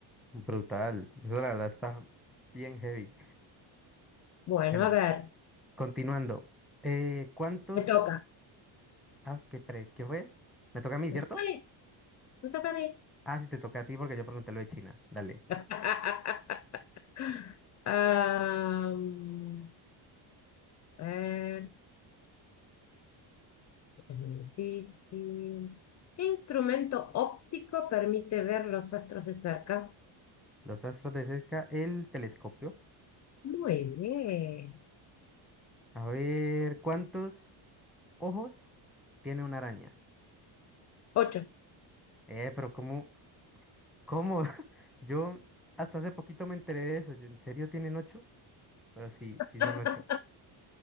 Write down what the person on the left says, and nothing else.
Bueno,
a ver,
me toca.
Me
toca a mí, me toca a mí.
<laughs> Am, a ver, es muy difícil. ¿Qué instrumento óptico permite ver los astros de cerca?
Muy bien.
Ocho.
<laughs>